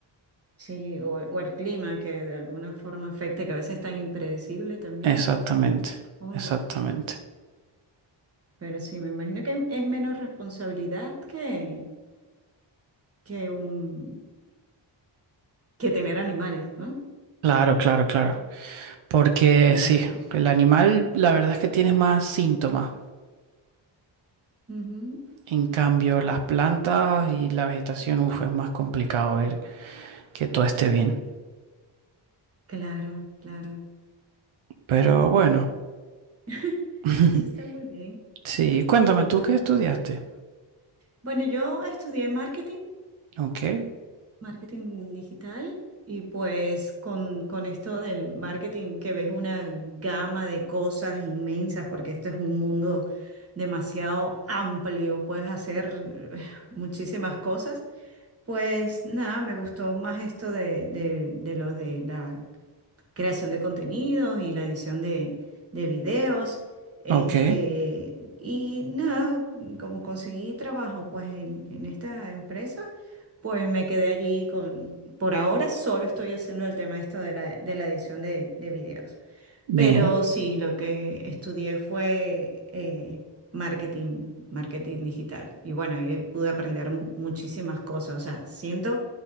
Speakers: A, on the right (about 30°); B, on the right (about 90°).
A: Sí, o, o el clima que de alguna forma afecte, que a veces es tan impredecible también,
B: Exactamente,
A: supongo.
B: exactamente.
A: Pero sí, me imagino que es, es menos responsabilidad que, que un, que tener animales, ¿no?
B: Claro, claro, claro. Porque
A: La
B: sí,
A: verdad.
B: el animal, la verdad es que tienes más síntomas.
A: Ujú.
B: En cambio, las plantas y la vegetación, uf, es más complicado ver que todo esté bien.
A: Claro, claro,
B: Pero
A: la
B: bueno.
A: verdad. <laughs>
B: <laughs>
A: Eso está muy bien,
B: Sí, cuéntame, ¿tú
A: la
B: qué
A: verdad.
B: estudiaste?
A: Bueno, yo estudié marketing
B: Ok,
A: Marketing digital y pues con, con esto del marketing que ves una gama de cosas inmensas porque esto es un mundo demasiado amplio, puedes hacer eh, muchísimas cosas. Pues nada, me gustó más esto de, de, de los de la creación de contenidos y la edición de, de videos. Este,
B: ok,
A: y nada, como conseguí trabajo pues en, en esta empresa, pues me quedé allí con, por ahora solo estoy haciendo el tema esto de la, de la edición de, de videos.
B: bien,
A: Pero sí, lo que estudié fue eh, marketing, marketing digital. Y bueno, ahí pude aprender mu- muchísimas cosas. O sea, siento